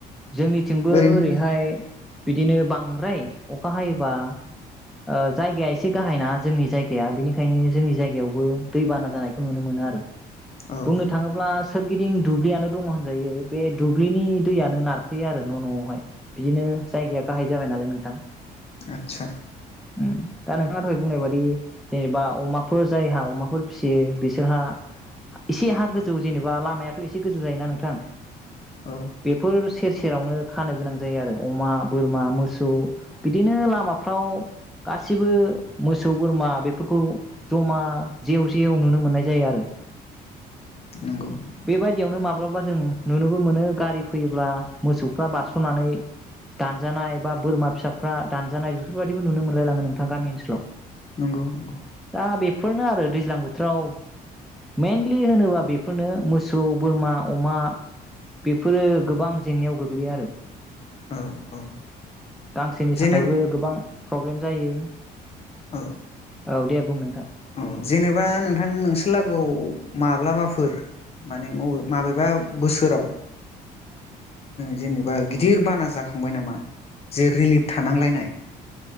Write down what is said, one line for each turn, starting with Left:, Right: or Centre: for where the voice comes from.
Centre: जोंनिथिंबो
Left: ओरैनो
Centre: ओरैहाय बिदिनो बांद्राय अखा हायोबा ओ जायगाया एसे गाहायना जोंनि जायगाया बेनिखायनो जोंनि जायगायावबो दैबाना जानायखौ नुनो मोनो आरो।
Left: औ
Centre: बुंनो थाङोब्ला सोरगिदिं दुब्लियानो दङ होनजायो बे दुब्लिनि दैयानो नारखोयो आरो न' न'आवहाय। बिदिनो जायगाया गाहाय जाबाय नालाय नों थां
Left: आतसा
Centre: उम दा नोंथाङा दहाय बुंनाय बादि जेनेबा अमाफोर जायहा अमाफोर फिसियो बिसोरहा एसे हा गोजौ जेनेबा लामायाथ' एसे गोजौ जायोना नोंथां
Left: औ
Centre: बेफोर सेर सेरावनो खानो गोनां जायो आरो अमा बोरमा मोसौ बिदिनो लामाफ्राव गासिबो मोसौ बोरमा बेफोरखौ जमा जेव जेव नुनो मोननाय जायो आरो
Left: नंगौ
Centre: बेबायदियावनो माबा ब्लाबा जों नुनोबो मोनो गारि फैयोब्ला मोसौफ्रा बारस'नानै दानजानाय बा बोरमा फिसाफ्रा दानजानाय बेफोरबायाददिबो नुनो मोनलायलाङो नोंथां गामि ओनसोलाव
Left: नंगौ नंगौ
Centre: दा बेफोरनो आरो दैज्लां बोथोराव मेनलि होनोबा बेफोरनो मोसौ बोरमा अमा बेफोरो गोबां जेंनायाव गोग्लैयो आरो
Left: औ औ
Centre: गांसोनि
Left: जेनेब
Centre: थाखायबो गोबां प्रब्लेम जायो
Left: औ
Centre: औ दे बुं नोंथां
Left: औ औ जेनेबा नोंथां नोंसोरलागोआव माब्लाबाफोर माने मबे माबेबा बोसोराव जेन बा गिदिर बाना जाखांबाय नामा जे रिलिफ थानांलायनाय